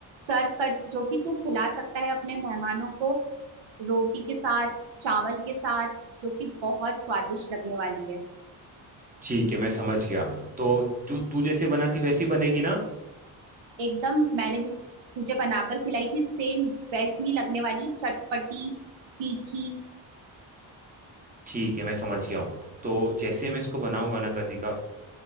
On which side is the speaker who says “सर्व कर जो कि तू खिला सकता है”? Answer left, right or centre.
Right